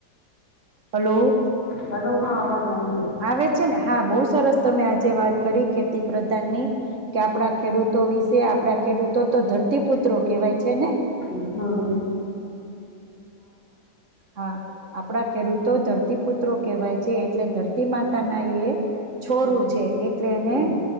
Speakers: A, on the right (about 50°); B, on the left (about 35°).
A: હલો.
B: હલ્લો હા અવાજ આવે છે
A: આવે છે ને હા બહુ સરસ તમે આજે વાત કરી ખેતી પ્રધાનની. કે આપણા ખેડૂતો વિશે આપણા ખેડૂતો તો ધરતીપુત્રો કેહેવાય છે ને.
B: હમ્મ-હમ્મ.
A: હા આપડા ખેડૂતો ધરતીપુત્રો કેવાય છે. એટલે ધરતી માતા ના એ છોરૂ
B: હમ
A: છે, એટલે એને
B: હમ